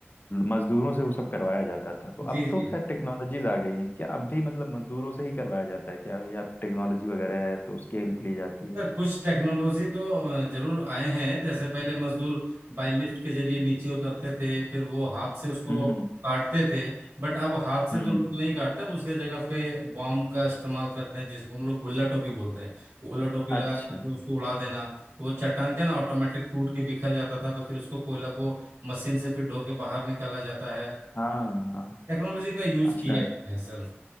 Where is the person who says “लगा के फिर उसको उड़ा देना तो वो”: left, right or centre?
Right